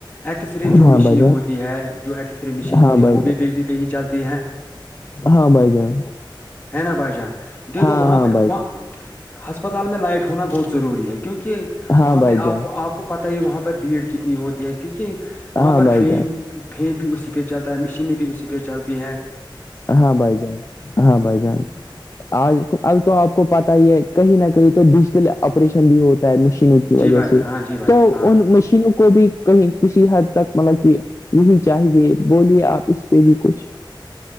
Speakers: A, on the left; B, on the left.
A: ایکس رے جو
B: ہاں
A: مشین
B: بھائی جان
A: ہوتی ہے جو ایکس رے مشین
B: ہاں
A: ہوتی ہے
B: بھائی
A: وہ
B: جان
A: بھی بجلی ہی چلتی ہیں
B: ہاں بھائی جان
A: ہے نا بھائی جان دیکھو
B: ہاں
A: وہاں
B: ہاں
A: پہ
B: بھائی
A: وہاں
B: جان
A: ہسپتال میں لائٹ ہونا بہت ضروری ہے کیونکہ
B: ہاں
A: وہاں پہ
B: بھائی جان
A: آپ کو آپ کو پتا وہاں پر بھیڑ کتنی ہوتی ہے کیونکہ وہاں
B: ہاں
A: پر
B: بھائی
A: فین
B: جان
A: فین بھی اسی پہ چلتا ہے مشینیں بھی اسی پہ چلتی ہیں
B: ہاں بھائی جان ہاں بھائی جان آج کل تو آپ کو پتا ہی ہے کہیں نہ کہیں تو ڈیجیٹل آپریشن بھی ہوتا ہے مشینوں کی
A: جی
B: وجہ
A: بھائی جان
B: سے
A: ہاں جی بھائی
B: تو
A: جان ہاں
B: ان مشینوں کو بھی کہیں کسی حد تک مطلب کہ نہیں چاہیے بولیے آپ اس پہ بھی کچھ